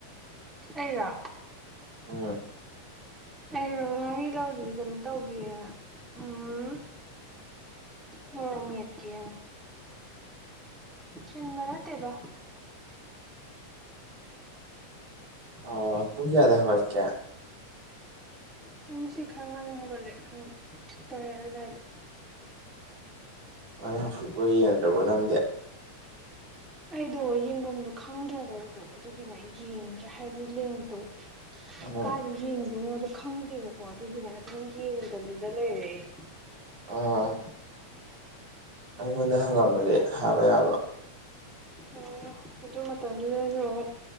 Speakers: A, in the centre; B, on the right (about 70°).
A: ꯑꯩꯩꯔ
B: ꯎꯝ
A: ꯑ ꯉ ꯂꯧꯔꯤ ꯀꯩꯅꯣ ꯇꯧꯈꯤ ꯎꯝ ꯍ ꯎꯃꯤꯠꯀꯤ ꯆꯤꯟꯕ ꯅꯇꯦꯗ
B: ꯑꯣ ꯄꯨꯨꯡꯀꯌꯥꯗ ꯋꯥꯒꯛꯀ
A: ꯑꯩ ꯉꯁꯤ ꯈꯔ ꯉꯟꯅ ꯍꯧꯒꯠꯂꯦ ꯎ ꯇꯧꯔꯦ ꯑꯗꯨꯗꯥꯋꯥꯏꯗ
B: ꯉꯔꯥꯡ ꯐꯨꯠꯄ ꯌꯦꯡꯗ꯭ꯔꯕꯣ ꯅꯪꯗꯤꯦ
A: ꯑꯩꯗꯣ ꯌꯦꯡꯐꯝꯗꯣ ꯈꯪꯗ꯭ꯔꯕ ꯑꯩꯗꯣ ꯑꯗꯨꯒꯤꯅꯦ ꯌꯦꯡꯗ꯭ꯔ ꯍꯥꯏꯕꯗꯤ ꯂꯦꯡꯇꯣ
B: ꯎꯝ
A: ꯀꯥꯏꯗ ꯌꯦꯡꯗꯣꯏꯅꯣꯗꯣ ꯈꯪꯗꯦꯕꯀꯣ ꯑꯗꯨꯗꯤꯅꯦ ꯑꯗꯨꯝ ꯌꯦꯡꯗꯕꯤꯗ ꯂꯩꯔꯦ ꯑꯩꯁ
B: ꯑꯥ ꯑꯩꯉꯣꯟꯗ ꯍꯪꯉꯝꯃꯗꯤ ꯍꯥꯏꯕ ꯌꯥꯕ
A: ꯑꯣ ꯑꯗꯨ ꯃꯇꯝꯗꯨꯗꯁꯨ ꯑꯃꯥꯛ